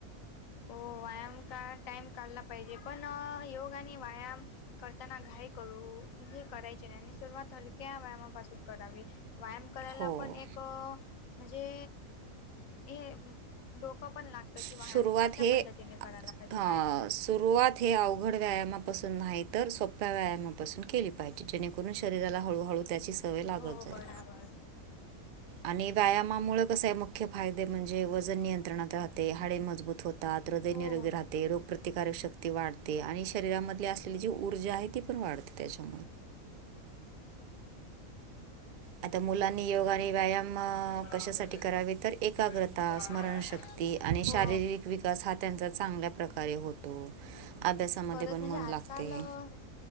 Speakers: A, on the left (about 75°); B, on the right (about 70°).
A: हो व्यायाम का टाइम काढला पाहिजे पण योग आणि व्यायाम. करताना घाई करू. म्हणजे करायची नाही आणि सुरुवात हलक्या व्यायामापासून करावी व्यायाम करायला
B: हो
A: पण एक. म्हणजे हे डोकं पण लागतं किवाम.
B: सुरुवात
A: कशा
B: हे
A: पद्धतीने करायला पाहिजे
B: अ,
A: कायरायला.
B: सुरुवात हे अवघड व्यायामापासून नाही तर सोप्या व्यायामापासून केली पाहिजे. जेणेकरून शरीराला हळूहळू त्याची सवय लागत
A: हो बराबर
B: जाईल. आणि व्यायामामुळे कसे आहे मुख्य फायदे म्हणजे वजन नियंत्रणात राहते हाडे मजबूत होते.
A: हो
B: धैयरोग्य राह. रोग प्र्रतिकारक शक्ती वाढते आणि शरीरामध्येध असलेली जी ऊर्जा आहे ती पण वाढते त्याच्या.
A: <inaudible> हो.
B: आता मुलांनी योग आणि व्यायाम
A: आमच्याकडे
B: कशासाठी करावे तर एकाग्रता,
A: मुलगा आणलाय
B: स्मरणशक्ती. आणि
A: हो
B: शारीरिक व- विकास हा त्यांचा चांगल्या प्रकारे होतो अभ्यासामध्ये
A: खरंच
B: पण
A: म्हणजे
B: मन
A: आजकाल
B: लागते.